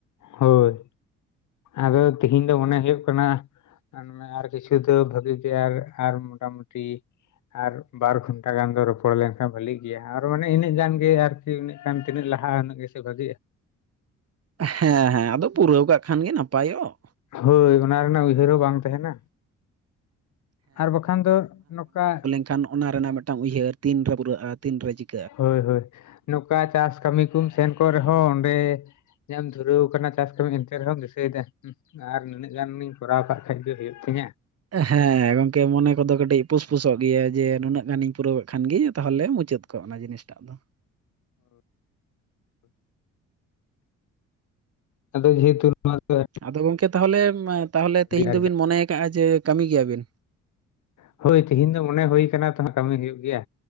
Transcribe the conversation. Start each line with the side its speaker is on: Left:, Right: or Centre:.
Left: ᱦᱳᱭ ᱟᱫᱚ ᱛᱮᱤᱦᱤᱧ ᱫᱚ ᱢᱚᱱᱮ ᱦᱩᱭᱩᱜ ᱠᱟᱱᱟ ᱟᱨ ᱟᱨ ᱠᱤᱪᱷᱩ ᱫᱚ ᱵᱷᱟᱜᱤ ᱜᱮ ᱟᱨ ᱟᱨ ᱢᱚᱴᱟ ᱢᱩᱴᱤ ᱟᱨ ᱵᱟᱨ ᱜᱷᱚᱱᱴᱟ ᱜᱟᱱ ᱫᱚ ᱨᱚᱯᱚᱲ ᱞᱮᱱᱠᱷᱟᱱ ᱵᱷᱟᱹᱞᱤᱜ ᱜᱮᱭᱟ ᱟᱨ ᱢᱟᱱᱮ ᱤᱱᱟᱹᱜ ᱜᱟᱱ ᱜᱮ ᱟᱨᱠᱤ ᱤᱱᱟᱹᱜ ᱜᱟᱱ ᱛᱤᱱᱟᱹᱜ ᱞᱟᱦᱟ ᱩᱱᱟᱹᱜ ᱜᱮ ᱵᱷᱟᱹᱜᱤᱼᱟ
Right: ᱦᱮᱸ ᱦᱮᱸ ᱟᱫᱚ ᱯᱩᱨᱟᱹᱣ ᱠᱟᱜ ᱠᱷᱟᱱ ᱜᱮ ᱱᱟᱯᱟᱭᱚᱜ
Left: ᱦᱳᱭ ᱚᱱᱟ ᱨᱮᱱᱟᱜ ᱩᱭᱦᱟᱹᱨ ᱦᱚᱸ ᱵᱟᱝ ᱛᱟᱦᱮᱱᱟ ᱟᱨ ᱵᱟᱠᱷᱟᱱ ᱫᱚ ᱱᱚᱝᱠᱟ
Right: ᱮᱱᱠᱷᱟᱱ ᱚᱱᱟ ᱨᱮᱱᱟᱜ ᱢᱤᱫᱴᱟᱝ ᱩᱭᱦᱟᱹᱨ ᱛᱤᱱ ᱨᱮ ᱯᱩᱨᱟᱹᱜᱼᱟ ᱛᱤᱱ ᱨᱮ ᱪᱤᱠᱟᱹ
Left: ᱦᱳᱭ ᱦᱳᱭ ᱱᱚᱝᱠᱟ ᱪᱟᱥ ᱠᱟᱹᱢᱤ ᱠᱚᱢ ᱥᱮᱱ ᱠᱚᱜ ᱨᱮᱦᱚᱸ ᱚᱸᱰᱮ ᱡᱟᱢ ᱫᱷᱩᱨᱟᱹᱣ ᱟᱠᱟᱱᱟ ᱠᱟᱱᱟ ᱪᱟᱥ ᱠᱟᱹᱢᱤ ᱮᱱᱛᱮ ᱨᱮᱦᱚᱢ ᱫᱤᱥᱟᱹᱭᱮᱫᱟ ᱟᱨ ᱱᱤᱱᱟᱹᱜ ᱜᱟᱱᱤᱧ ᱠᱚᱨᱟᱣ ᱠᱟᱜ ᱠᱷᱟᱱᱡ ᱜᱮ ᱦᱩᱭᱩᱜ ᱛᱤᱧᱟᱹ
Right: ᱦᱮᱸ ᱜᱚᱝᱠᱮ ᱢᱚᱱᱮ ᱠᱚᱫᱚ ᱠᱟᱹᱴᱤᱡ ᱯᱩᱥᱯᱩᱥᱚᱜ ᱜᱮᱭᱟ ᱡᱮ ᱱᱩᱱᱟᱹᱜ ᱜᱟᱱᱤᱧ ᱯᱩᱨᱟᱹᱣ ᱠᱟᱜ ᱠᱷᱟᱱ ᱜᱮ ᱛᱟᱦᱚᱞᱮ ᱢᱩᱪᱟᱹᱫ ᱠᱚᱜᱼᱟ ᱚᱱᱟ ᱡᱤᱱᱤᱥᱴᱟᱜ ᱫᱚ
Left: ᱟᱫᱚ ᱡᱮᱼᱼ ᱢᱟ ᱛᱚᱵᱮ
Right: ᱟᱫᱚ ᱜᱚᱝᱠᱮ ᱛᱟᱦᱚᱞᱮ ᱛᱟᱦᱚᱞᱮ ᱛᱮᱦᱤᱧ
Left: ᱟᱨᱡᱟᱜ
Right: ᱫᱚᱵᱤᱱ ᱢᱚᱱᱮ ᱟᱠᱟᱟᱜᱼᱟ ᱡᱮ ᱠᱟᱹᱢᱤ ᱜᱮᱭᱟᱵᱮᱱ
Left: ᱦᱳᱭ ᱛᱮᱤᱦᱤᱧ ᱫᱚ ᱢᱚᱱᱮ ᱦᱩᱭ ᱠᱟᱱᱟ ᱛᱚ ᱠᱟᱹᱢᱤ ᱦᱩᱭᱩᱜ ᱜᱮᱭᱟ